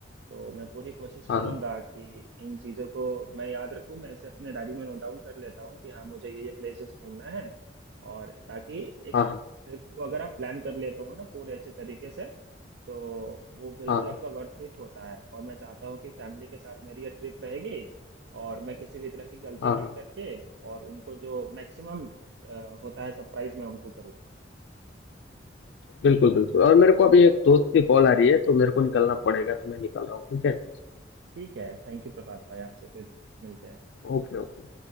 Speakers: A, on the right; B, on the left.
A: तो मैं पूरी कोशिश
B: हाँ,
A: करूंगा
B: हाँ।
A: कि इन चीज़ों को मैं याद रखूं मैं इसे अपने डायरी में नोट डाउन कर लेता हूं कि हाँ मुझे ये ये प्लेसेस घूमना है और ताकि एक
B: हाँ, हाँ।
A: ट्रिप को अगर आप प्लान कर लेते हो ना पूरे अच्छे तरीके से तो वो बिल्कुल
B: हाँ, हाँ।
A: आपका वर्थ इट होता है और मैं चाहता हूँ कि फैमिली के साथ मेरी ये ट्रिप रहेगी और मैं किसी भी तरह की गलती
B: हाँ,
A: ना
B: हाँ।
A: करके और उनको जो मैक्सिमम होता है सरप्राइज मैं उनको करूँ
B: बिल्कुल, बिल्कुल और मेरे को अभी एक दोस्त की कॉल आ रही है, तो मेरे को निकलना पड़ेगा, तो मैं निकल रहा हूँ, ठीक है?
A: ठीक है थैंक यू प्रभात भाई आपसे फिर मिलते हैं
B: Okay, okay.